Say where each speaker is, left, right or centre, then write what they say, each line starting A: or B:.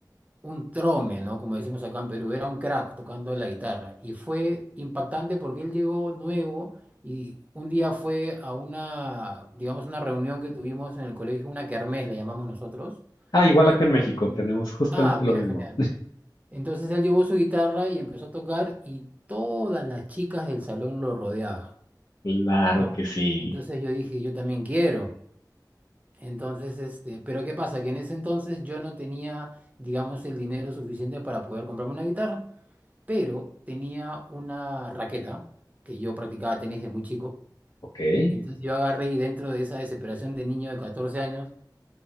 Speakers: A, on the right; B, on the left.
A: un trome, ¿no? Como decimos acá en Perú, era un crack tocando la guitarra. Y fue impactante porque él llegó nuevo y un día fue a una, digamos, una reunión que tuvimos en el colegio, una kermés le llamamos nosotros.
B: Ah, igual acá
A: Y,
B: en México tenemos justamente
A: ah, mira,
B: lo mismo.
A: genial. Entonces él llevó su guitarra y empezó a tocar y todas las chicas del salón lo rodeaban,
B: Claro
A: ¿no?
B: que sí.
A: Entonces yo dije, yo también quiero. Entonces, este, pero ¿qué pasa? Que en ese entonces yo no tenía, digamos, el dinero suficiente para poder comprarme una guitarra, pero tenía una raqueta que yo practicaba tenis de muy chico.
B: Ok.
A: Entonces yo agarré y dentro de esa desesperación de niño de 14 años,